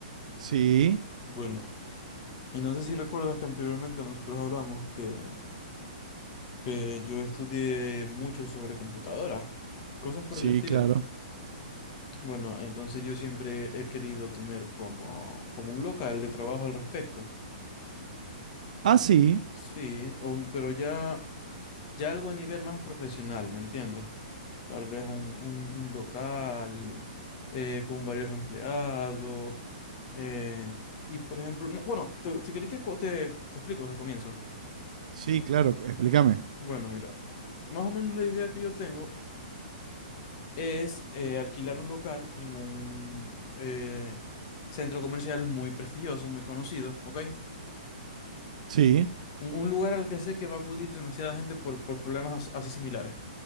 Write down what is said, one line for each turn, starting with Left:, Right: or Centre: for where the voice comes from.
Right: Sí,
Left: Bueno, y no sé si recuerdas que anteriormente nosotros hablamos que, que yo estudié mucho sobre computadoras, cosas por
Right: sí,
Left: el estilo.
Right: claro.
Left: Bueno, entonces yo siempre he querido tener como, como un local de trabajo al respecto.
Right: Ah, sí,
Left: Sí, un- pero ya, ya algo a nivel más profesional, ¿me entiendes? tal vez un, un- un local eh, con varios empleados. eh, y por ejemplo, no, bueno, te- si querés te, cu- te, te explico desde el comienzo.
Right: sí, claro, explícame.
Left: Bueno, mira, más o menos la idea que yo tengo es eh, alquilar un local en un eh, centro comercial muy prestigioso, muy conocido, ¿ok?
Right: Sí,
Left: Un, un lugar al que sé que va a acudir demasiada gente por, por problemas as- así similares,